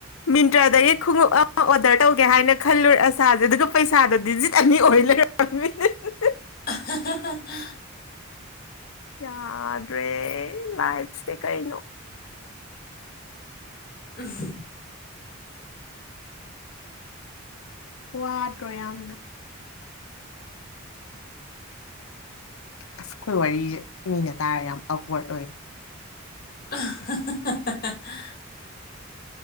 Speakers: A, on the left; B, on the left.
A: ꯃꯤꯟꯇ꯭ꯔꯗꯒꯤ ꯈꯣꯡꯎꯞ ꯑꯃ ꯑꯣꯔꯗꯔ ꯇꯧꯒꯦ ꯍꯥꯏꯅ ꯈꯜꯂꯨꯔꯦ ꯑꯁꯥꯁꯦ ꯑꯗꯨꯒ ꯄꯩꯁꯥꯗꯣ ꯗꯤꯖꯤꯠ ꯑꯅꯤ ꯑꯣꯏ ꯂꯩ <unintelligible>
B: <unintelligible>
A: ꯌꯥꯗ꯭ꯔꯦ ꯂꯥꯏꯞꯁꯦ ꯀꯩꯅꯣ
B: ꯑꯝ
A: ꯋꯥꯗ꯭ꯔꯣ ꯌꯥꯝꯅ ꯑꯁ ꯑꯩꯈꯣꯏ ꯋꯥꯔꯤꯁꯦ ꯃꯤꯅ ꯇꯥꯔꯦ ꯌꯥꯝ ꯑꯞꯋꯥꯔꯗ ꯑꯣꯏ
B: <unintelligible>